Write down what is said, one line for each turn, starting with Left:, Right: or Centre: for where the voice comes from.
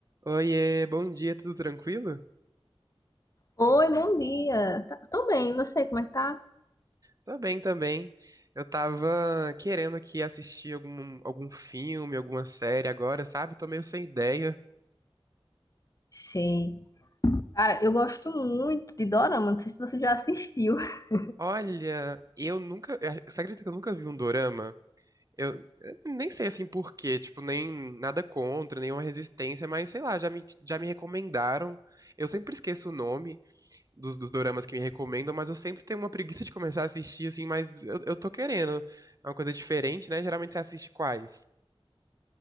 Right: Oiê, bom dia, tudo tranquilo?
Left: Oi, bom dia. Tá- Tô bem, e você, como é que tá?
Right: Tô bem também. Eu tava querendo aqui assistir algum, algum filme, alguma série agora, sabe? Tô meio sem ideia.
Left: Sei. Cara, eu gosto muito de Dorama, não sei se você já assistiu. <laughs>
Right: Olha, eu nunca. eh, Você acredita que eu nunca vi um dorama? Eu, eu nem sei assim por quê, tipo, nem nada contra, nenhuma resistência, mas sei lá, já me, já me recomendaram. Eu sempre esqueço o nome dos, dos doramas que me recomendam, mas eu sempre tenho uma preguiça de começar a assistir, assim, mas eu, eu tô querendo. É uma coisa diferente, né? Geralmente você assiste quais?